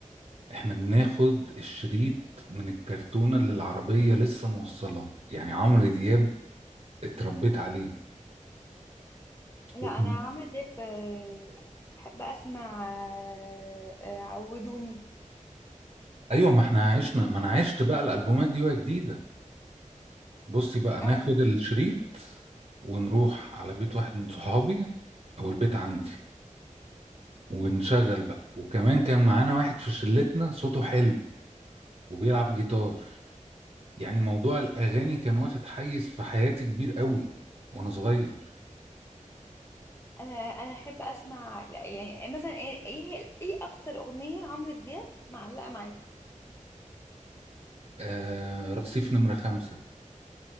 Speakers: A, on the right; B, on the left.
A: احنا بناخد الشريط من الكرتونة اللي العربية لسه موصلاه يعني عمرو دياب اتربيت عليه
B: لا
A: وكان
B: انا عمرو دياب آه، احب اسمع آه، آه، عودوني
A: ايوه ما احنا عشنا ما انا عشت بقى الالبومات دي وهي جديدة بصي بقى ناخد
B: اه
A: الشريط ونروح على بيت واحد من صحابي او البيت عندي ونشغل بقى وكمان كان معانا واحد في شلتنا صوته حلو وبيلعب جيتار يعني موضوع الاغاني كان واخد حيز في حياتي كبير قوي وانا صغير
B: انا انا احب اسمع لا، يعني مثلا ايه ايه إيه اكتر اغنيه لعمرو دياب معلقه معاك
A: آه رصيف نمرة خمسة